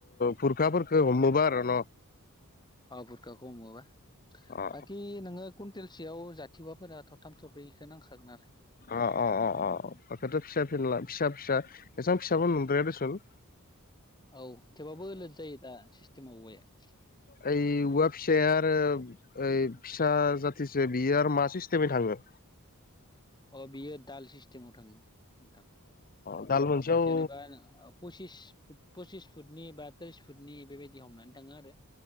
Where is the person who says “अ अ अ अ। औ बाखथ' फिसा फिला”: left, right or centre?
Left